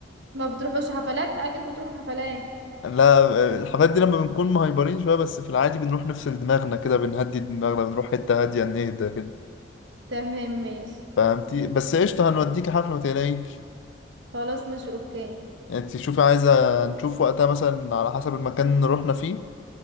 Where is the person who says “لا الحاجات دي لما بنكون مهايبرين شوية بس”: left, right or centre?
Left